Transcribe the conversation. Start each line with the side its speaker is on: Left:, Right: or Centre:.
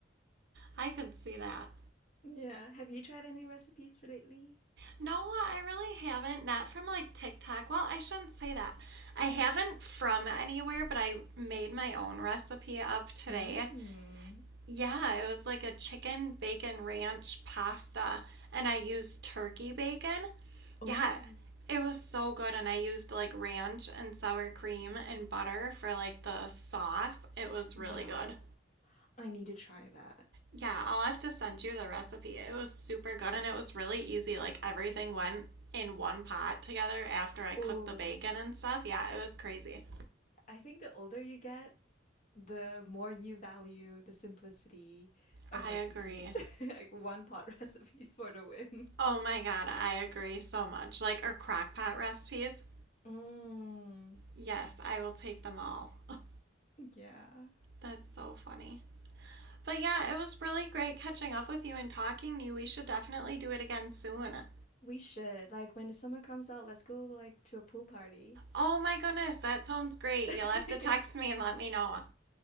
Right: I could see that.
Left: Yeah. Have you tried any recipes for lately?
Right: No, I really haven't. Not from like TikTok. Well, I shouldn't say that. I haven't from anywhere, but I made my own recipe up today
Left: Mm.
Right: Yeah, it was like a chicken bacon ranch pasta, and I used turkey bacon.
Left: Oh,
Right: Yeah, it was so good, and I used like ranch and sour cream and butter for like the sauce. It was
Left: no.
Right: really good.
Left: I need to try that.
Right: Yeah, I'll have to send you the recipe. It was super good, and it was really easy. Like everything went in one pot together after I
Left: Oh,
Right: cooked the bacon and stuff. Yeah, it was crazy.
Left: I think the older you get, the more you value the simplicity of
Right: I
Left: recipes.
Right: agree.
Left: <laughs> like one pot <laughs> recipes for the win.
Right: Oh my God, I agree so much. Like our crock pot recipes.
Left: Mm,
Right: Yes, I will take them all. <laughs>
Left: yeah.
Right: That's so funny. But yeah, it was really great catching up with you and talking to you. We should definitely do it again soon.
Left: We should. Like when the summer comes out, let's go like to a pool party.
Right: Oh my goodness, that sounds great.
Left: <laughs>
Right: You'll have to text me and let me know.